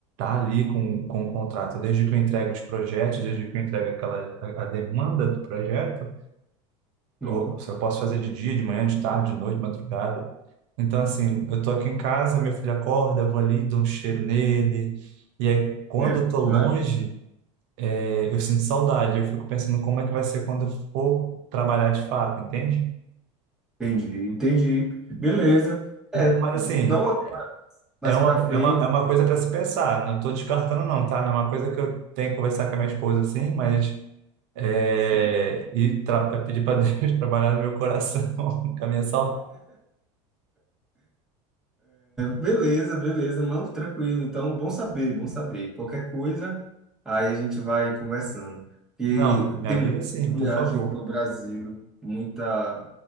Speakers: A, on the right; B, in the centre.
A: tá ali com, com o contrato. Desde que eu entregue os projetos, desde que eu entregue aquela, a, a demanda do projeto,
B: sim.
A: ou, se eu posso fazer de dia, de manhã, de tarde, de noite, de madrugada. Então, assim, eu tô aqui em casa, meu filho acorda, eu vou ali, dou um cheiro nele. E aí, quando
B: É,
A: eu tô longe,
B: mas
A: é, eu sinto saudade. Eu fico pensando como é que vai ser quando eu for trabalhar de fato, entende?
B: entendi, entendi. Beleza. É,
A: Mas assim,
B: não mais
A: É uma,
B: para frente.
A: é uma, é uma coisa para se pensar. Não estou descartando, não, tá? É uma coisa que eu tenho que conversar com a minha esposa, assim, mas. É,
B: Sim.
A: e tra- pedir para Deus <laughs> trabalhar no meu coração, <laughs> com a minha saudade.
B: Beleza, beleza, mano, tranquilo. Então, bom saber, bom saber. Qualquer coisa, aí a gente vai conversando. E
A: Não, minha vida sim,
B: viagem
A: por favor.
B: para o Brasil, muita,